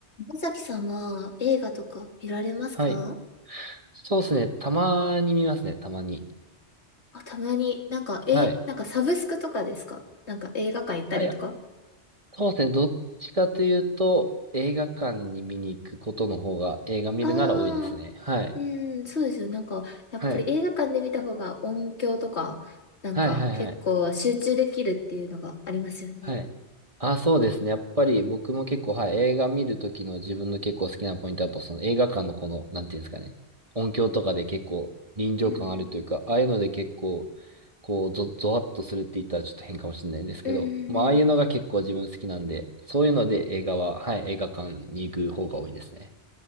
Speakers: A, on the left (about 75°); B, on the right (about 30°).
A: まさきさんは映画とか見られますか
B: はい。そうですね。たまに見ますね。たまに。
A: あ、たまに、なんか、え、
B: はい。
A: なんかサブスクとかですかなんか映画館行ったりとか
B: あ、いや、そうですね。どっちかというと、映画館に見に行くことの方が映画見るなら多いですね。
A: ああ
B: はい。
A: ー、うん、そうですよ。なんか、やっぱり映画館で見た方が音響とか、
B: はい。
A: なんか結構集中できるっていうのがありますよね。
B: はい、はい、はい。はい。あ、そうですね。やっぱり僕も結構、はい、映画見るときの自分の結構好きなポイントは、やっぱその映画館のこの、なんていうんですかね。音響とかで結構臨場感あるというか、
A: うんうん。
B: ああいうので結構、こう、ゾ、ゾワッとするって言ったらちょっと変かもしれないんですけど、
A: うんうんうん。
B: まあ、ああいうのが結構自分好きなんで、そういうので映画は、はい、映画館に行く方が多いですね。